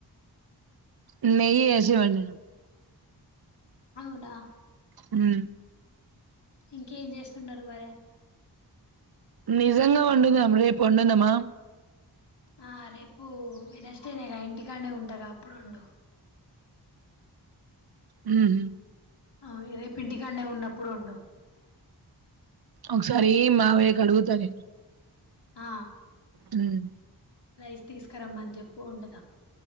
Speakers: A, on the right; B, on the left.
A: అ నెయ్యి వేసి వండిన
B: అవునా
A: హ్మ్
B: ఇంకేం చేస్తున్నారు మరి
A: నిజంగా వండినం రేపు వండుదామా
B: ఆ రేపు వెనర్స్డేనే ఇంటికానే ఉంటగా అప్పుడు వండు
A: హ్మ్ హు
B: ఆహ్ రేపు ఇంటికాన్నే ఉన్నప్పుడు వండు
A: ఒకసారి మామయ్యకి అడుగుతా నేను
B: ఆ
A: హ్మ్
B: రైస్ తీసుకురమ్మని చెప్పు వండుదాం